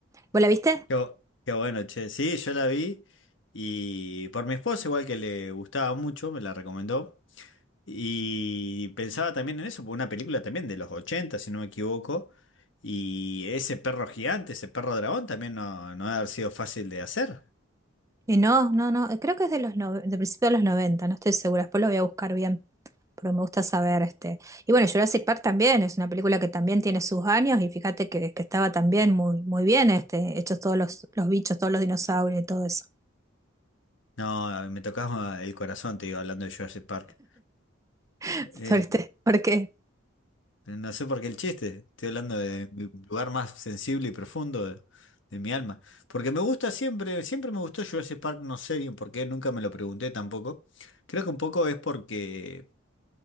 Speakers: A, on the right (about 15°); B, on the left (about 65°).
A: ¿Vos la viste?
B: Qué, bu- qué bueno, che. Sí, yo la vi y por mi esposa, igual que le gustaba mucho, me la recomendó. Y pensaba también en eso, por una película también de los 80 si no me equivoco. Y ese perro gigante, ese perro dragón, también no, no debe haber sido fácil de hacer.
A: Y no, no, no, eh, creo que es de los nove- de principios de los noventa no estoy segura, después lo voy a buscar bien, porque me gusta saber este. Y bueno, Jurassic Park también es una película que también tiene sus años y fíjate que, que estaba también muy, muy bien este, hechos todos los, los bichos, todos los dinosaurios y todo eso.
B: No, me tocaba el corazón, te digo, hablando de Jurassic Park.
A: <laughs>
B: Eh,
A: Fuerte, porque
B: No sé por qué el chiste. Estoy hablando de mi lugar más sensible y profundo de, de mi alma. Porque me gusta siempre, siempre me gustó Jurassic Park, no sé bien por qué, nunca me lo pregunté tampoco. Creo que un poco es porque,